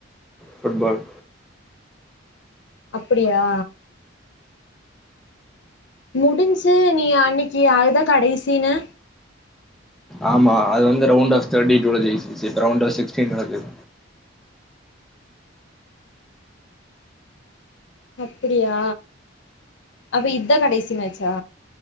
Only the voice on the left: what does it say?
அப்டியா முடிஞ்சு நீ அன்னைக்கு அது தா கடைசினு
அப்பிடியா அப்ப இது தா கடைசி மேட்சா